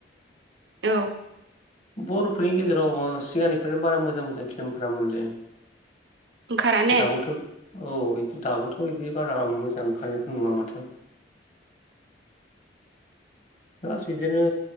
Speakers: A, on the right; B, on the left.
A: औ।
B: बर'फोरनि गेजेराव सिगांनिफ्रायनो बारा मोजां मोजां फिल्म ओंखारा मोनलै।
A: ओंखारा ने
B: दाबोथ' औ दाबोथ' औ इदि बारा मोजां ओंखारनायखौ नुआ माथो। बास बिदिनो